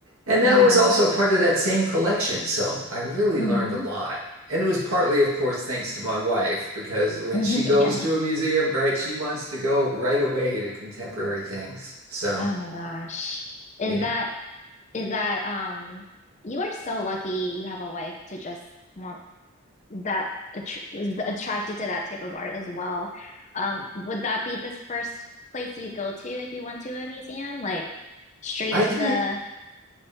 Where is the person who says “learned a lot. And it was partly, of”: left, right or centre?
Right